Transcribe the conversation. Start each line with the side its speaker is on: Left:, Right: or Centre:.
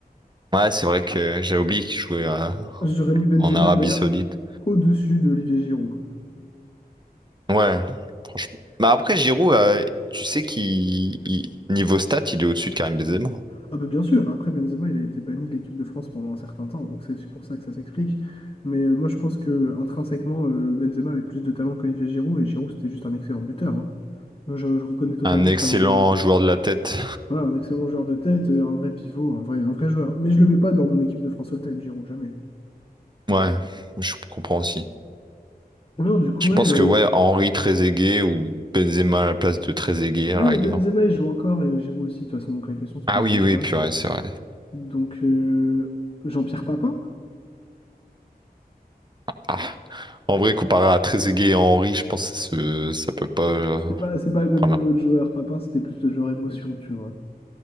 Right: Ouais, c'est vrai que j'ai oublié qu'il jouait euh,
Left: J'aurais mis Benzema
Right: en Arabie
Left: d'ailleurs
Right: Saoudite.
Left: au-dessus d'Olivier Giroud.
Right: Ouais, franchement. Bah après, Giroud, euh, tu sais qu'il il- niveau stats, il est au-dessus de Karim Benzema.
Left: Ah bah bien sûr, après Benzema, il a été banni de l'équipe de France pendant un certain temps, donc c'est aussi pour ça que ça s'explique. Mais euh, moi, je pense que intrinsèquement, euh, Benzema avait plus de talent qu'Olivier Giroud, et Giroud, c'était juste un excellent buteur. hein. Donc, Je, je reconnais totalement
Right: Un excellent
Left: le talent de...
Right: joueur de la tête.
Left: Voilà, un excellent joueur de tête, euh, un vrai pivot, un vrai, un vrai joueur. Mais je le mets pas dans mon équipe de France All-Time, Giroud, jamais.
Right: Ouais, je comprends aussi.
Left: Non, du coup,
Right: Je
Left: ouais,
Right: pense que ouais, Henri Trezeguet ou Benzema à la place de Trezeguet
Left: Ah,
Right: à la
Left: mais
Right: rigueur.
Left: Benzema, il joue encore et euh, Giroud aussi, de toute façon, donc la question se
Right: Ah
Left: pose
Right: oui,
Left: même
Right: oui,
Left: pas.
Right: purée, c'est vrai.
Left: Donc, euh, Jean-Pierre Papin,
Right: Ah, en vrai, comparé à Trezeguet et Henry, je pense que ce- ça peut pas euh,
Left: c'est pas, c'est pas le même
Right: prendre
Left: niveau de joueur. Papin, c'était plus le joueur émotion, tu vois.